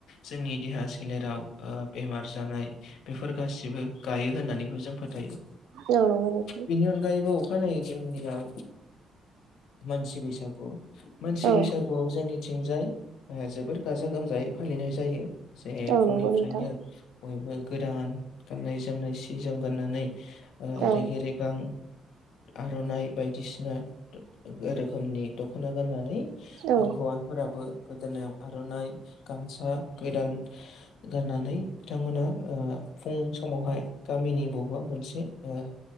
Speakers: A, on the left; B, on the right.
A: जोंनि देहा सोलेराव ओ बेमार जानाय बेफोर गासिबो गायो होननानैबो जों फोथायो।
B: औ नंगौ नोंथां
A: बिदि उनगायैबो अखानायै जोंनियाव मानसि बैसागु मानसि
B: औ
A: बैसागुआव जोंनि थिंजाय जोबोर गाजा गोमजायै फालिनाय जायो जे
B: औ
A: फुंनिफ्रायनो
B: नंगौ नोंथां
A: बयबो गोदान गाननाय जोमनाय सि जोम गाननानै ओ
B: औ
A: रेगे रेगां आर'नाइ बायदिसिना रोखोमनि दख'ना गाननानै
B: औ
A: आरो हौवाफोराबो गोदोनायाव आर'नाइ गामसा गोदान गाननानै बिथांमोना फुं समावहाय गामिनि बबबा मोनसे ओ